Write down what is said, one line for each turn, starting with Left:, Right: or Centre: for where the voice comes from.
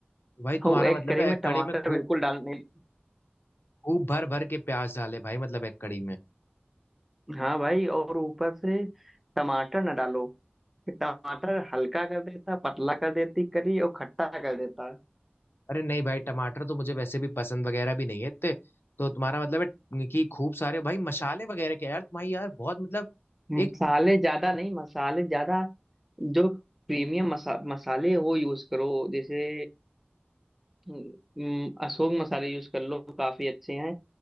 Left: तो भाई तुम्हारा
Centre: और वो एग
Left: मतलब
Centre: करी
Left: है
Centre: में
Left: एक
Centre: टमाटर
Left: कड़ी में खूब
Centre: बिल्कुल डालने
Left: खूब भर भर के प्याज डाले भाई मतलब एक कड़ी में
Centre: हाँ भाई और ऊपर से टमाटर ना डालो टमाटर हल्का कर देता पतला कर देती करी और खट्टा कर देता
Left: अरे नहीं भाई टमाटर तो मुझे वैसे भी पसंद वगैरह भी नहीं है इतने तो तुम्हारा मतलब है कि खूब सारे भाई मसाले वगैरह के यार तुम्हारी यार बहुत मतलब
Centre: मसाले
Left: एक
Centre: ज्यादा नहीं मसाले ज्यादा जो प्रीमियम मसा, मसाले हैं, वो यूज करो जैसे हम्म, अशोक मसाले यूज कर लो काफी अच्छे हैं